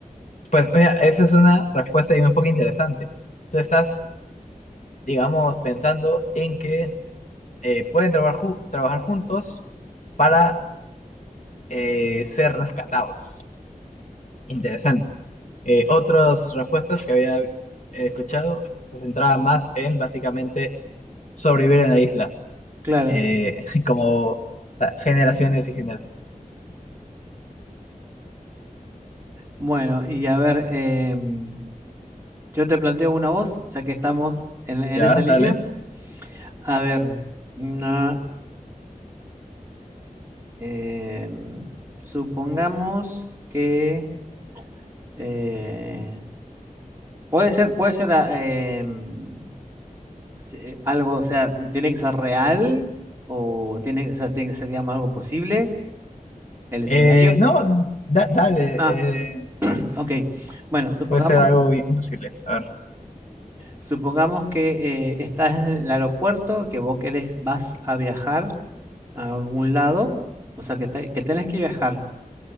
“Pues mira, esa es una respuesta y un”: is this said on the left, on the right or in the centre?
Left